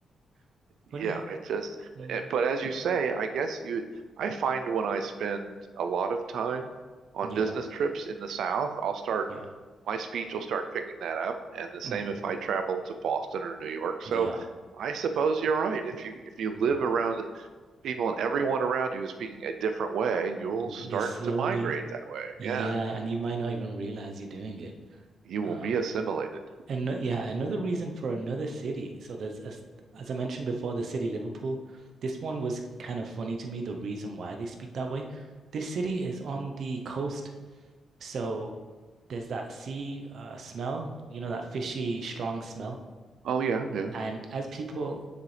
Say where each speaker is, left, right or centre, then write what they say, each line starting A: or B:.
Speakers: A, on the right (about 60°); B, on the right (about 75°).
A: <laughs>
B: Yeah,
A: funny.
B: it just,
A: Mm.
B: eh, but as you say, I guess you, I find when I spend a lot of time on
A: Yeah,
B: business trips in the South, I'll start,
A: yeah,
B: my speech will start picking that up. And the same
A: mm.
B: if I travel to Boston or New York. So
A: Yeah,
B: I suppose you're right. If you, if you live
A: yeah.
B: around people and everyone around you is speaking a different way, you'll
A: You
B: start
A: slowly,
B: to migrate that way.
A: yeah,
B: Yeah.
A: and you might not even realize you're doing it.
B: You will
A: Um,
B: be assimilated.
A: And no- yeah, another reason for another city. So there's as as I mentioned before, the city Liverpool. This one was kind of funny to me, the reason why they speak that way. This city is on the coast, so there's that sea uh, smell, you know, that fishy, strong smell.
B: Oh, yeah. Yeah.
A: And as people